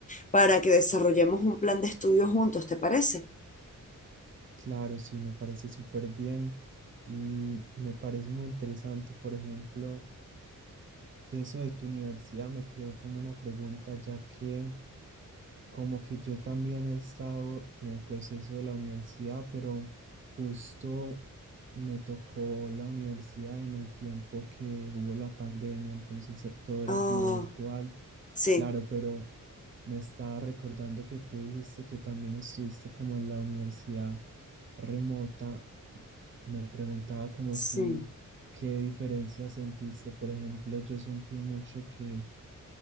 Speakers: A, on the left (about 25°); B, on the right (about 40°).
A: para que desarrollemos un plan de estudio juntos, ¿te parece?
B: Claro, sí, me parece súper bien y me parece muy interesante. Por ejemplo, de eso de tu universidad me creo como una pregunta, ya que Como que yo también he estado en el proceso de la universidad, pero justo me tocó la universidad en el tiempo que hubo la pandemia, entonces eh, todo
A: Ah,
B: era como virtual,
A: sí,
B: claro, pero me estaba recordando que tú dijiste que también estuviste como en la universidad remota. Me preguntaba como
A: sí,
B: si, ¿qué diferencia sentiste? Por ejemplo, yo sentí mucho que